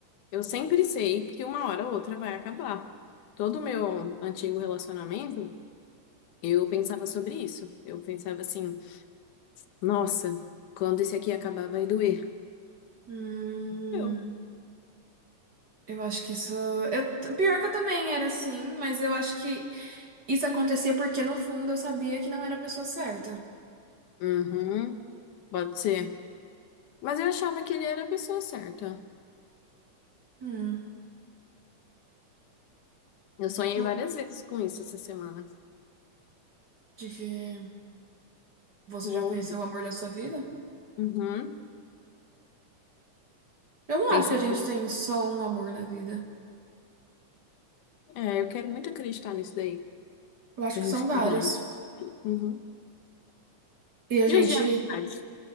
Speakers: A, on the left; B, on the right.
A: Eu sempre sei que uma hora ou outra vai acabar. Todo o meu antigo relacionamento, eu pensava sobre isso. Eu pensava assim, nossa, quando esse aqui acabar vai doer.
B: Hum,
A: Eu.
B: eu acho que isso. Eu, pior que eu também era assim, mas eu acho que isso acontecia porque no fundo eu sabia que não era a pessoa certa.
A: Uhum, pode ser. Mas eu achava que ele era a pessoa certa.
B: Hum,
A: Eu sonhei
B: então,
A: várias vezes com isso essa semana.
B: de que você
A: Vou.
B: já conheceu o amor da sua vida?
A: Uhum.
B: Eu não
A: Pensar,
B: acho que a gente tem só um amor na vida.
A: é, eu quero muito acreditar nisso daí.
B: Eu acho
A: Da
B: que
A: gente
B: são
A: que
B: vários.
A: vai. Uhum.
B: E a gente.
A: E os de amizade?